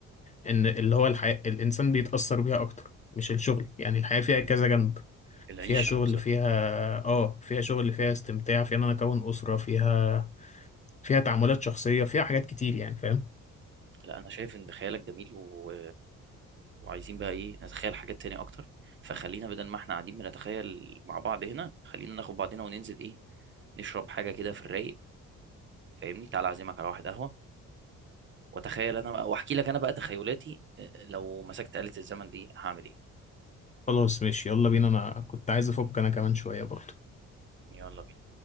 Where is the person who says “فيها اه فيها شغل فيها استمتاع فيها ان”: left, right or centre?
Left